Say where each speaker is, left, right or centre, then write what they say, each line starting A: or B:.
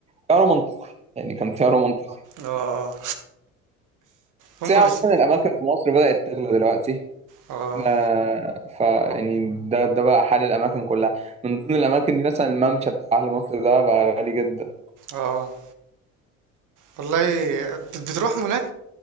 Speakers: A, on the right (about 15°); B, on the right (about 45°).
A: سعره منطقي يعني كان سعره منطقي
B: اه هما
A: بس هي عموما
B: بس
A: الأماكن في مصر بدأت تغلى دلوقتي
B: اه
A: آه ف يعني ده ده بقى حال الأماكن كلها من ضمن الأماكن دي مثلا الممشى بتاع أهل مصر ده بقى غالي جدا
B: اه والله بت- بتروح مولات